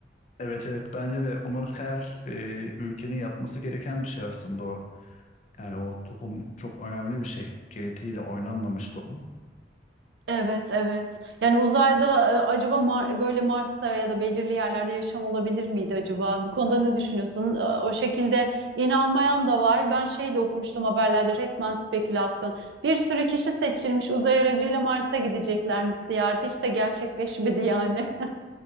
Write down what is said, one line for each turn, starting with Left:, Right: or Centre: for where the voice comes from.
Left: Evet evet bence de onun her e, ülkenin yapması gereken bir şey aslında o. Yani o tohum çok önemli bir şey. Genetiğiyle oynanmamış tohum.
Right: Evet, evet. Yani uzayda e, acaba Mar- böyle Mars'ta ya da belirli yerlerde yaşam olabilir miydi acaba? Bu konuda ne düşünüyorsun? E, O şekilde inanmayan da var. Ben şey de okumuştum haberlerde resmen spekülasyon. Bir sürü kişi seçilmiş uzay aracıyla Mars'a gideceklermiş ziyareti. Hiç de gerçekleşmedi yani.